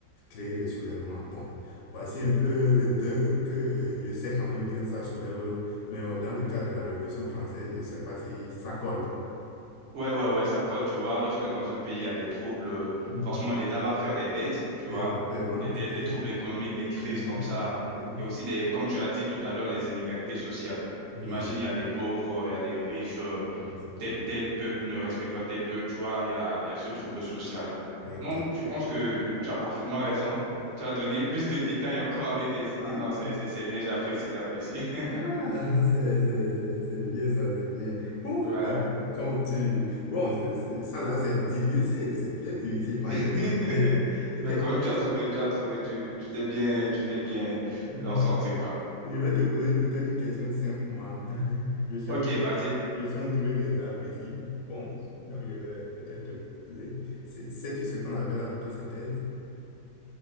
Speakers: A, on the left; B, on the right.
A: créer des soulèvements. Bon, voici un peu les deux que je sais quand même que ça soulève, mais euh, dans le cas de la Révolution française, je ne sais pas si ça colle.
B: Ouais, ouais, ouais, ça colle, tu vois. Lorsque dans un pays, il y a des troubles, euh,
A: Mhm.
B: forcément, l'État va faire des dettes, tu vois.
A: Exactement,
B: Des dettes,
A: ok.
B: des troubles économiques, des crises
A: Mhm.
B: comme ça.
A: Oui,
B: Et aussi, des, comme tu as dit tout à l'heure, les inégalités sociales.
A: oui,
B: Imagine, il y a des pauvres, euh, il y a des riches, euh,
A: exactement.
B: tel, tel peuple ne respecte pas tel peuple, tu vois. Il y a, il y a ce trouble social-là.
A: Ok.
B: Donc, je pense que tu as parfaitement raison. Tu as donné <laughs> plus de détails encore avec des idées.
A: Ah.
B: Non, c'est, c'est c'est bien, j'apprécie, j'apprécie. <laughs>
A: Ah, c'est c'est- c'est- c'est bien ça, c'est bien. Bon,
B: Ouais.
A: comme, comme tu... Bon, c'est- c'est- ça là, c'est difficile, c'est bien difficile. Moi,
B: <laughs>
A: je vais te poser peut-être
B: Mais quand
A: une
B: même,
A: question.
B: tu as trouvé, tu as trouvé, tu, tu t'es bien, tu t'es bien
A: <laughs>
B: en sorti, quoi.
A: Je vais te poser peut-être une question simple, moi. <laughs> Je suis,
B: Ok,
A: en-
B: vas-y.
A: je suis entouré des arbres ici. Bon, donc je vais peut-être te poser. C'est- Sais-tu ce qu'on appelle la photosynthèse?